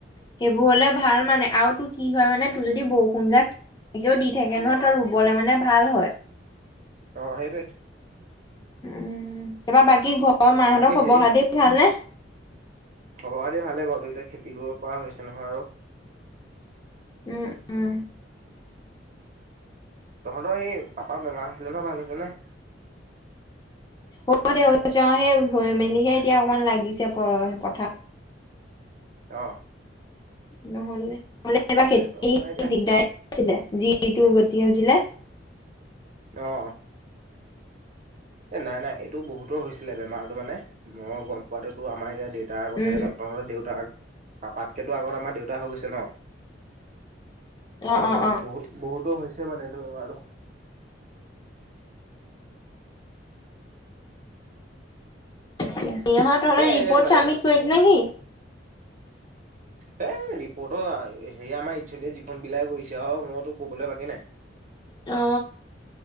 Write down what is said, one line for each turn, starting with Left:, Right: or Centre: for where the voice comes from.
Left: সেইবোৰ হলে ভাল মানে আৰু তোৰ কি হয় মানে তোৰ যদি বৰষুণ যাক কেনেকৈও দি থাকে নহয় ত ৰুবলে মানে ভাল হয়।
Right: অ সেইটোৱে।
Left: উম তাৰপৰা বাকী ঘৰৰ মাহঁতক
Right: বাকী
Left: খবৰ
Right: হেৰি
Left: - খাটি ভালনে?
Right: খবৰ - খাটি ভালেই বাৰু দুইটা খেতি কৰিব পৰা হৈছে নহয় আৰু।
Left: উম। উম।
Right: তহঁতৰ এই পাপাৰ বেমাৰ হৈছিলে নহ, ভাল হৈছেনে?
Left: হব দিয়া <unintelligible> সেই ধই মেলিহে এতিয়া অকমান লাগিছে প পথাত
Right: অ।
Left: নহ'লে নহলে
Right: ঠিকে
Left: এইবাৰ
Right: আছে
Left: খেতি
Right: তই মানে এতিয়া
Left: দিগদাৰ আছিলে যিটো গতি হৈছিলে।
Right: অহ। এ নাই নাই এইটো বহুতৰ হৈছিলে বেমাৰটো মানে মই গম পোৱাটোতো আমাৰ এতিয়া দেউতাৰ কথাকেজন
Left: উম
Right: তহঁতৰ দেউতাৰ, পাপাতকেতো আগত আমাৰ দেউতা হৈ গৈছে ন। ত
Left: অ অ অ
Right: বহুত বহুতো হৈছে মানে এইটো বেমাৰটো।
Left: তাকে সিহঁত তহঁত
Right: এয়া
Left: ৰিপৰ্ট
Right: এনে ওলাই
Left: চাবমিট
Right: গৈছিলে
Left: কৰিল নেকি?
Right: সেই ৰিপৰ্টৰ হেৰি আমাৰ একচুৱেলি যিখন বিলাই গৈছে আও মইতো ক'বলৈ বাকী নাই।
Left: অ।